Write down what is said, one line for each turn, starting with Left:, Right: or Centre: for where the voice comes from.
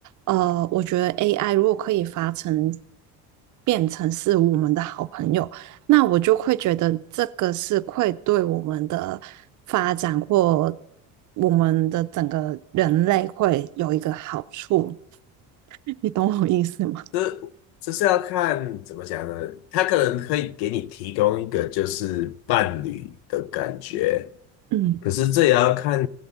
Right: 呃，我觉得 AI 如果可以发成变成是我们的好朋友，那我就会觉得这个是会对我们的发展或我们的整个人类会有一个好处 <laughs>。你懂我意思吗？
Left: 这这是要看怎么讲呢？他可能可以给你提供一个就是伴侣的感觉。
Right: 嗯
Left: 可是这也要看